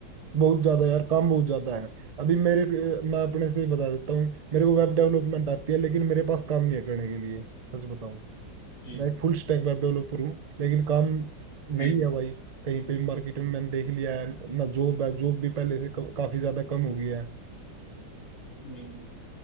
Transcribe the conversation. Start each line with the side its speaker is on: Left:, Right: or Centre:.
Right: बहुत ज्यादा यार काम बहुत ज्यादा है अभी मेरे मैं अपने से ही बता देता हूँ मेरे को वेब डेवलपमेंट आती है लेकिन मेरे पास काम नहीं है करने के लिए सच बताऊँ
Left: हम्म
Right: मैं एक फुल स्टैक वेब डेवलपर हूँ लेकिन काम
Left: हम्म
Right: नहीं
Left: हम्म
Right: है भाई कहीं पे मार्केट में मैंने देख लिया है ना जॉब है जॉब भी पहले से क- काफी ज्यादा कम हो गई है
Left: हम्म।